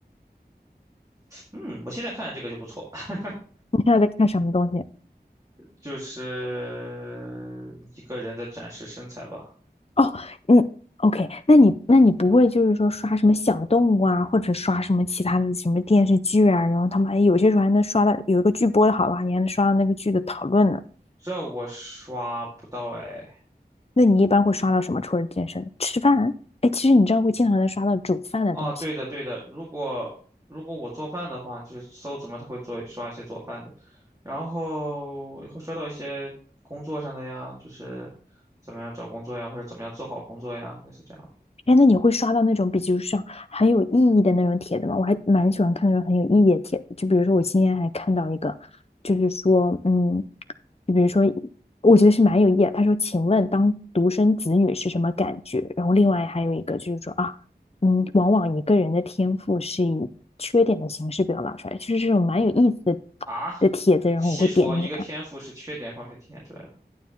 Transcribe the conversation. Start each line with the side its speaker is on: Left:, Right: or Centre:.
Right: 嗯，我现在看着这个就不错，<laughs>
Left: 你现在在看什么东西？
Right: 就是一个人的展示身材吧。
Left: 哦，你 OK？那你那你不会就是说刷什么小动物啊，或者刷什么其他的什么电视剧啊？然后他们哎，有些时候还能刷到有一个剧播的好的话，你还能刷到那个剧的讨论呢。
Right: 这我刷不到哎。
Left: 那你一般会刷到什么？除了健身，吃饭啊？哎，其实你知道会经常能刷到煮饭的东西。
Right: 啊，对的对的，如果如果我做饭的话，就是搜怎么他会做刷一些做饭的，然后会刷到一些工作上的呀，就是怎么样找工作呀，或者怎么样做好工作呀，类似这样的。
Left: 哎，那你会刷到那种，比如像很有意义的那种帖子吗？我还蛮喜欢看那种很有意义的帖子，就比如说我今天还看到一个，就是说，嗯，就比如说，我觉得是蛮有意义的。他说：“请问当独生子女是什么感觉？”然后另外还有一个就是说啊，嗯，往往一个人的天赋是以缺点的形式表达出来，就是这种蛮有意思的
Right: 啊，
Left: 的帖子，然后我会点进去看。
Right: 细说一个天赋是缺点方向体现出来的。